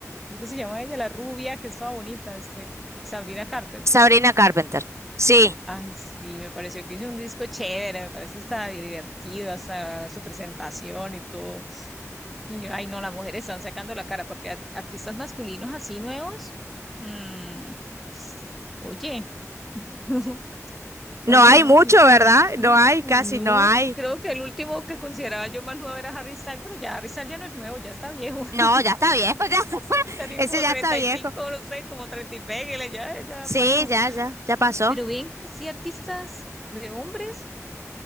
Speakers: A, in the centre; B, on the right (about 60°).
A: ¿cómo que se llama ella? La rubia, que estaba bonita, este, Sabrina Carpenter.
B: Sabrina Carpenter. Sí.
A: Ay, sí, me pareció que hizo un disco chévere, me parece hasta divertido, hasta su presentación y todo. Y yo, ay, no, las mujeres están sacando la cara porque a- artistas masculinos así nuevos, mm, oye, <laughs>
B: No
A: oye,
B: hay
A: no,
B: mucho,
A: ni-
B: ¿verdad?
A: mm,
B: No hay, casi
A: no,
B: no hay.
A: creo que el último que consideraba yo más nuevo era Harry Styles, pero ya Harry Styles ya no es nuevo, ya está viejo, <laughs>
B: No, ya está viejo, ya. <laughs>
A: ya tiene
B: Ese
A: como
B: ya
A: treinta
B: está viejo.
A: y cinco no sé, como 30 y pégale, ya, ya
B: Sí,
A: pasó.
B: ya, ya, ya pasó.
A: Pero ven, sí, artistas de hombres,